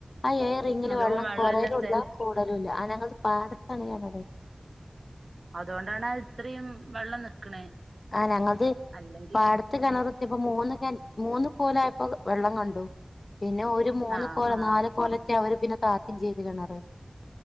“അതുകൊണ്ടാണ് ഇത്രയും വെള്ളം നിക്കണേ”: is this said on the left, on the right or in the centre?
Right